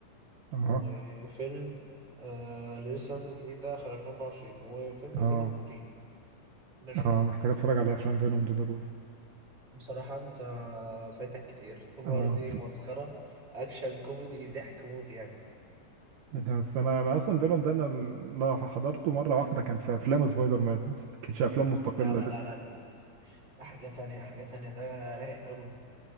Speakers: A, on the right; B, on the right.
A: اه
B: وفيلم آه، اللي لسه نازل جديد ده آخر 2024 وفيلم
A: اه
B: فينوم 3 ماشي
A: اه محتاج اتفرج على افلام فينوم دي ضروري
B: بصراحة أنت فايتك كتير توم
A: اه
B: هاردي مسخرة أكشن كوميدي ضحك موت يعني
A: بس انا انا اصلا فينوم ده انا اللي حضرته مره واحده كان في افلام سبايدر مان <laughs> ما كانش افلام مستقله
B: لا لا لا
A: لسه
B: لا لا لا ده حاجة تانية حاجة تانية ده رايق أوي